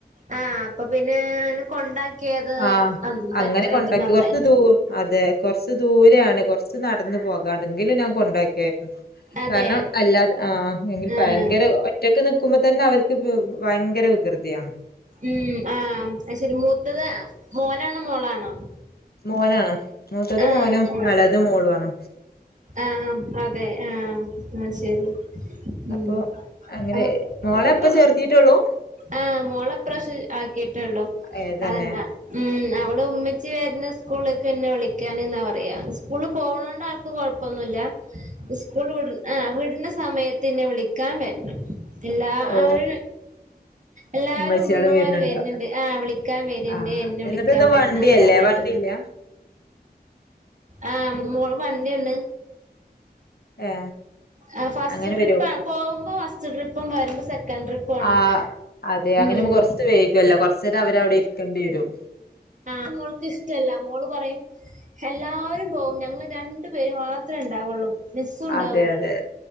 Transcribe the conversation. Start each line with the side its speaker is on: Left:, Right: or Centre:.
Right: ആ അപ്പൊ പിന്നെ ഓനെ കൊണ്ടാക്കിയത്
Left: ആഹ്
Right: ബെറ്ററായിട്ടും
Left: അങ്ങനെ കൊണ്ടാക്കി
Right: നന്നായി
Left: കൊറച്ച് ദൂ അതെ കൊറച്ച് ദൂരെയാണ് കൊറച്ച് നടന്നു പോകാണ്ട് എങ്കിലും ഞാൻ കൊണ്ടാക്കെർന്ന്.
Right: അതെ
Left: കാരണം അല്ലാതെ ആ എങ്കിൽ
Right: ആഹ്
Left: ഭയങ്കര ഒ ഒറ്റക്ക് നിക്കുമ്പോത്തന്നെ അവർക്ക് ഭയങ്കര വികൃതിയാന്ന്
Right: ഉം ആഹ് ഐശരി മൂത്തത് മോനാണോ? മോളാണോ?
Left: മോനാണ് മൂത്തത്
Right: ആഹ്
Left: മോനും
Right: ആഹ്
Left: എളെത് മോളും ആണ്
Right: ആഹ് അതെ ആഹ് ഐശരി ഉം
Left: അപ്പൊ അങ്ങനെ
Right: ആഹ്
Left: മോളെ
Right: ഇപ്പൊ
Left: ഇപ്പം ചേർത്തീട്ടെള്ളൂ?
Right: ആഹ് മോളെപ്രാവ്ശ്യ ആക്കിട്ടുള്ളോ
Left: ഏ തന്നെ
Right: അതെന്നെ ഉം അവള് ഉമ്മച്ചി വെര്ണ സ്കൂളിലേക്കെന്നെ വിളിക്കാന് ന്നാ പറയാ സ്കൂള് പോവണോണ്ട് ആൾക്ക് കൊഴ പ്പോന്നുല്ല സ്കൂൾ വിട ആ വിട്ണ സമയത്ത്ന്നെ വിളിക്കാൻ വെരണം എല്ലാ
Left: ഓ
Right: അവര എല്ലാവരും
Left: ഉമ്മച്ചികളും
Right: ഉമ്മമാര്
Left: വരുന്നുണ്ട്
Right: വരുണുണ്ട് ആ വിളി ക്കാൻ വര്ണ്ട്
Left: ആ
Right: എന്നെ
Left: എന്നിട്ട്
Right: വിളിക്കാൻ
Left: ഇത്
Right: വെരണം
Left: വണ്ടിയല്ലേ
Right: പറഞ്ഞിട്ട്
Left: വണ്ടിയില്ല
Right: ആഹ് മോള് വണ്ടിണ്ട്
Left: ഏ
Right: ആഹ് ഫസ്റ്റ്
Left: അങ്ങനെ
Right: ട്രിപ്പാ
Left: വരും
Right: പോവുമ്പോ ഫസ് ട്രിപ്പും വരുമ്പോ സെക്കന്റ് ട്രിപ്പും ആണ്
Left: ആഹ് അതെ അങ്ങനെ
Right: ഉം
Left: കൊറച്ച് വെയ്കല്ലോ കൊറച്ചേരം അവരവിടെ ഇരിക്കണ്ടിരും
Right: ആ മോൾക്ക് ഇഷ്ട്ടല്ല മോള് പറയും എല്ലാവരും പോകും ഞങ്ങൾ രണ്ടു പേര് മാത്രമേ ഉണ്ടാവുള്ളൂ മിസ്സും ഉണ്ടാവും
Left: അതെ അതെ